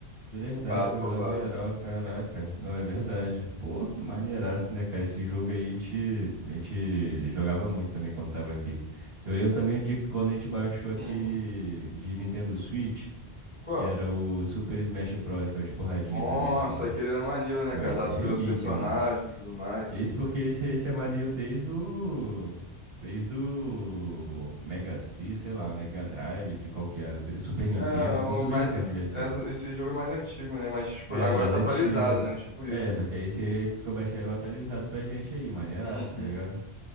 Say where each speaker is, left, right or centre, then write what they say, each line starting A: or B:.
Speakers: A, on the right; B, on the left.
A: de verdade,
B: Roubado,
A: congelava
B: roubado.
A: geral, caraca. Não, é verdade. Pô, maneiraço, né, cara? Esse jogo aí a gente, a gente jogava muito também quando tava aqui. Eu lembro também de quando a gente baixou aquele
B: Uhum.
A: de Nintendo Switch.
B: Qual?
A: Que era o Super Smash Bros, que é o de porradinha
B: Nossa,
A: também, assim.
B: aquele era maneiro, né,
A: Pô,
B: cara?
A: esse
B: Dá
A: é
B: pra
A: relíquia,
B: escolher os personagens
A: mano.
B: e tudo mais.
A: Esse porque esse, esse é maneiro desde o. Desde o Mega C, sei lá, Mega Drive, de qual que era. Do Super Nintendo,
B: É,
A: acho
B: o
A: que do Super
B: mais,
A: Nintendo
B: é-
A: devia ser.
B: esse jogo é mais antigo, né? Mas, tipo,
A: É,
B: agora
A: das
B: tá
A: antigas.
B: atualizado, né? Tipo isso,
A: É,
B: né?
A: só que é esse aí que eu baixei era o atualizado pra gente aí, maneiraço,
B: Uhum.
A: tá ligado?